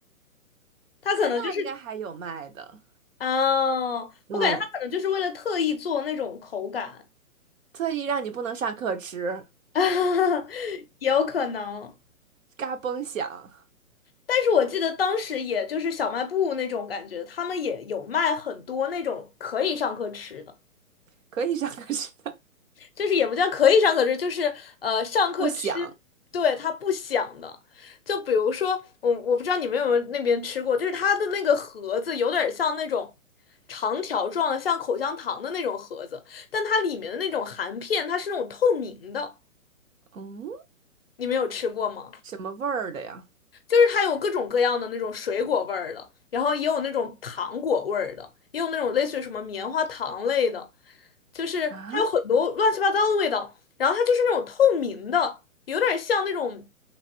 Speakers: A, on the left; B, on the right.
A: 它可能就是，
B: 现在应该还有卖的，
A: 嗯、
B: 嗯，
A: 我感觉它可能就是为了特意做那种口感，
B: 特意让你不能上课吃，
A: <laughs> 也有可能。
B: 嘎嘣响，
A: 但是我记得当时也就是小卖部那种感觉，他们也有卖很多那种可以上课吃的。
B: 可以上课吃的，
A: 就是也不叫可以上课吃，就是呃上课吃，
B: 不响，
A: 对，它不响的。就比如说我我不知道你们有没有那边吃过，就是它的那个盒子有点像那种长条状的，像口香糖的那种盒子，但它里面的那种含片它是那种透明的，
B: 嗯，
A: 你们有吃过吗？
B: 什么味儿的呀？
A: 就是它有各种各样的那种水果味儿的，然后也有那种糖果味儿的，也有那种类似于什么棉花糖类的，就是它有很多乱七八糟的味道。
B: 啊，
A: 然后它就是那种透明的，有点像那种